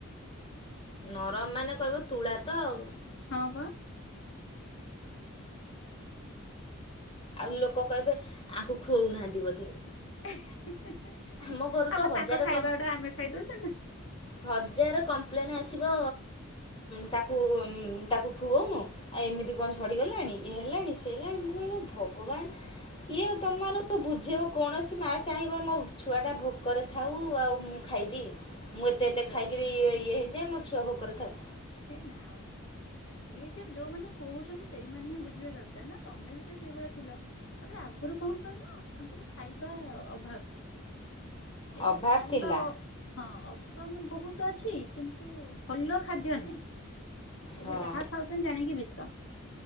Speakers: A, on the left (about 25°); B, on the left (about 65°).
A: ନରମ ମାନେ କହିବ ତୁଳା ତ ଆଉ।
B: ହଁ ପା।
A: ଆଉ ଲୋକ କହିବେ ଆଙ୍କୁ ଖୁଅଉନାହାନ୍ତି ବୋଧେ।
B: ଆଉ
A: ଆମ ଘରୁ ତ ହଜାରେ
B: ତାଙ୍କ ଖାଇବା
A: କମ୍
B: ଗୁଡ଼ା ଆମେ ଖାଇ ଦଉଛନ୍ତି।
A: ହଜାର କମ୍ପ୍ଲେନ୍ ଆସିବ ତାକୁ ତାକୁ ଖୁଅଉନୁ? ଆଉ ଏମିତି କଣ ଝଡ଼ିଗଲାଣି ଇଏ ହେଲାଣି ସେ ହେଲାଣି ମୁଁ କହିବି ଭଗବାନ କିଏ ତମମାନଙ୍କୁ ବୁଝେଇବ? କୌଣସି ମାଆ ଚାହିଁବ ମୋ ଛୁଆଟା ଭୋକରେ ଥାଉ ଆଉ ମୁଁ ଖାଇଦିଏ? ମୁଁ ଏତେ
B: ସେଇ
A: ଏତେ
B: କଥା
A: ଖାଇକିରି ଇଏ ହେଇଯାଏ ମୋ ଛୁଆ ଭୋକରେ ଥାଉ।
B: ହେ ନା ମ ଇଏ ସେ ଯୋଉମାନେ କହୁଛନ୍ତି ସେଇମାନେ ହିଁ ବୁଝିବା ଦରକାର ନା ତମେ ବି ତ ସେଇଭଳିଆ ଥିଲ ତାପରେ ଆଗରୁ କଣ କହିଲ ଆ ଖାଇବା ଅଭାବ ଥିଲା ଏବେ
A: ଅଭାବ
B: ଖାଇବା
A: ଥିଲା
B: ହଁ ସନ୍ ବହୁତ ଅଛି କିନ୍ତୁ ଭଲ ଖାଦ୍ୟ ନାହିଁ। ଏବେ
A: ହଁ
B: ଯାହା ଖାଉଛନ୍ତି ଜାଣିକି ବିଷ।